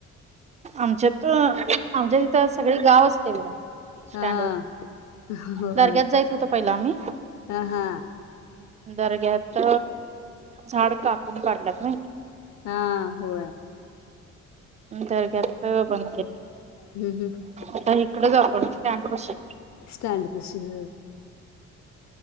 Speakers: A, on the right (about 25°); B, on the left (about 65°).
A: आमच्यात आमच्या तिथं सगळी गाव असतय बघा,
B: हा
A: स्टँडवर.
B: होय
A: दरग्यात जात होतो, पहिला आम्ही.
B: हा हा
A: दरग्यात झाडं कापून काढल्यात नई.
B: हा, होय.
A: दरग्यात बंद केलंय.
B: हम्म हम्म.
A: आता इकडे जातो, स्टँडपशी.
B: स्टँडपशी, होय.